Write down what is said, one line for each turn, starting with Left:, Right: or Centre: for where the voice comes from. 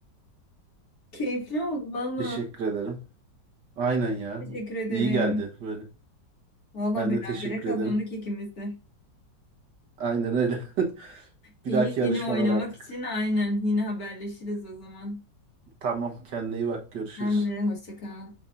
Left: Keyifli oldu valla.
Right: Teşekkür ederim. Aynen ya.
Left: Teşekkür ederim.
Right: İyi geldi böyle.
Left: Valla
Right: Ben
Left: berabere
Right: de teşekkür
Left: kazandık
Right: ederim.
Left: ikimiz de.
Right: Aynen öyle. <laughs>
Left: İyi,
Right: Bir dahaki yarışmalar
Left: yine oynamak
Right: artık.
Left: için aynen. Yine haberleşiriz o zaman.
Right: Tamam, kendine iyi bak. Görüşürüz.
Left: Sen de hoşça kal.